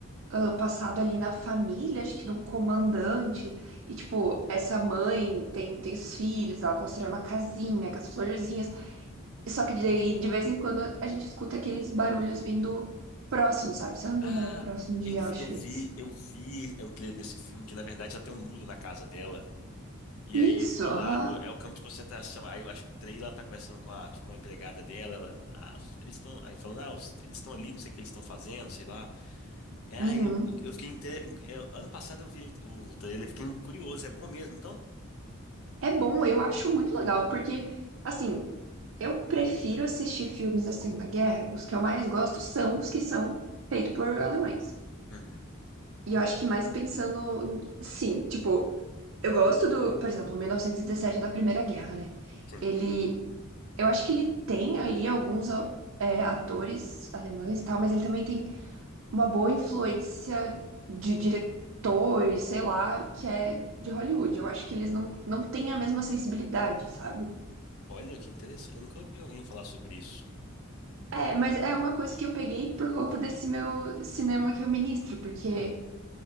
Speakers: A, on the right; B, on the left.
A: ah, passado ali na família, acho que de um comandante, e tipo, essa mãe tem tem os filhos, ela constrói uma casinha com as florzinhas Só que daí, de vez em quando, a gente escuta aqueles barulhos vindo próximo, sabe? Se eu não me
B: Ah,
A: engano, era próximo de
B: eu,
A: Auschwitz.
B: eu vi, eu vi o trailer desse filme, que na verdade já tem um muro na casa dela. E
A: Isso,
B: aí do
A: aham.
B: lado é o campo de concentração. Aí eu acho que o trailer ela tá conversando com a, tipo, a empregada dela. ela, ah, eles estão aí falando, ah, os- eles estão ali, não sei o que eles estão fazendo, sei lá. É,
A: Uhum.
B: aí eu, eu eu fiquei inte- eu- ano passado eu vi o, o trailer, fiquei curioso, é bom mesmo, então?
A: É bom, eu acho muito legal, porque, assim, eu prefiro assistir filmes da Segunda Guerra. Os que eu mais gosto são os que são feitos por alemães.
B: Uhum.
A: E eu acho
B: Ah, é?
A: que mais pensando, sim, tipo, eu gosto do, por exemplo, 1917 da Primeira Guerra, né?
B: Sim.
A: Ele Eu acho que ele tem ali alguns a- é, atores alemães e tal, mas ele também tem uma boa influência de diretores, sei lá, que é de Hollywood. Eu acho que eles não, não têm a mesma sensibilidade, sabe?
B: Olha que interessante, eu nunca ouvi alguém falar sobre isso.
A: É, mas é uma coisa que eu peguei por conta desse meu cinema que eu ministro, porque